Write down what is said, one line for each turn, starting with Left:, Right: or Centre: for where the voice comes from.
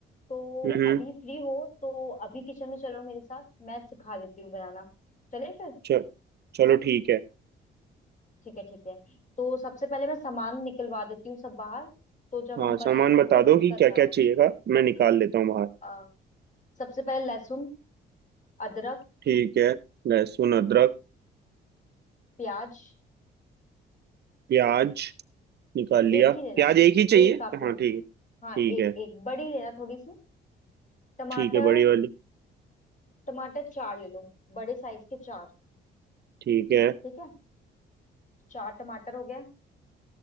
Left: तो
Right: हम्म हम्म,
Left: अभी फ्री हो तो अभी किचन में चलो मेरे साथ मैं सिखा देती हूँ बनाना चले फिर
Right: चल चलो ठीक है
Left: ठीक है ठीक है तो सबसे पहले मैं सामान निकलवा देती हूँ सब बाहर तो जब
Right: हाँ
Left: हम
Right: सामान
Left: बनाए ना
Right: बता
Left: तो
Right: दो
Left: दिक्कत
Right: कि क्या
Left: ना
Right: क्या
Left: हो
Right: चाहिएगा मैं निकाल लेता हूँ बाहर
Left: अ, सबसे पहले लहसुन अदरक
Right: ठीक है लहसुन अदरक
Left: प्याज
Right: प्याज निकाल लिया
Left: एक ही लेना
Right: प्याज एक ही चाहिए
Left: एक काप लो
Right: हाँ ठीक है ठीक
Left: हाँ एक
Right: है
Left: एक बड़ी लेना थोड़ी सी टमाटर
Right: ठीक है बड़ी वाली
Left: टमाटर चार ले लो बड़े साइज के चार
Right: ठीक है
Left: ठीक है चार टमाटर हो गया